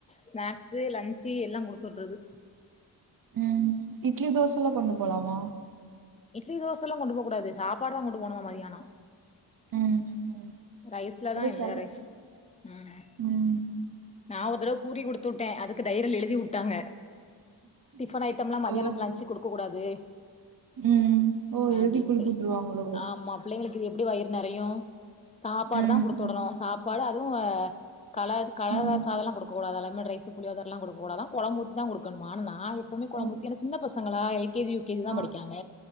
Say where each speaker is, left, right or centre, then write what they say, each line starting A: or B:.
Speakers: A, on the left; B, on the right.
A: ஸ்நாக்ஸு லன்சு எல்லா குடுத்துட்றது
B: ம் இட்லி தோசல்லா கொண்டு போலாமா
A: இட்லி தோசல்லா கொண்டு போ கூடாது சாப்பாடு தா கொண்டு போணுமா மதியானோ
B: ம் ம்
A: ரைஸ்லதா
B: அது
A: எல்லா
B: செல
A: ரைஸ்சு ம்
B: ம்
A: நா ஒரு தடவ பூரி குடுத்து விட்டே அதுக்கு டைரில எழுதி வுட்டாங்க டிஃபன் ஐடம்ல்லா மதியானோ
B: ஓ
A: லன்சுக்கு குடுக்க கூடாது
B: ம் ஓ எழுதி
A: அப்டின்ட்டு
B: குடுத்துட்டுருவாங்களோ
A: ஆமா பிள்ளைங்களுக்கு இது எப்டி வயிறு நெறையு சாப்பாடுதா
B: ம்
A: குடுத்து விடனு சாப் பாடு அதுவு கலர் கலரா
B: ம்
A: சாதல்லா குடுக் கூடாதா லெமன் ரைஸ் புளியோதரைலா குடுக்க கூடதா கொழம்பு ஊத்திதா குடுக்கணுமா ஆனா நா எப் பவுமே கொழம்பூத்தி
B: ஆ
A: ஏன்னா சின்ன பசங்களா L K G U K G தா
B: ஆ
A: படிக்காங்க